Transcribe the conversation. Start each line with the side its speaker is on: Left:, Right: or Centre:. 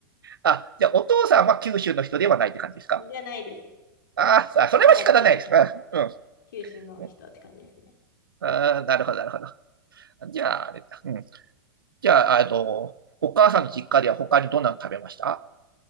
Right: あ、じゃあお父さんは九州の人ではないって感じですか
Left: <laughs> じゃないですね。
Right: あーあ、
Left: 母だけ
Right: それは仕方ないです。うん。
Left: 九州の人って感じですね。
Right: うんあー、なるほど、なるほど。じゃあ、あれだ。うん。じゃあ、あの、お母さんの実家では他にどんなの食べました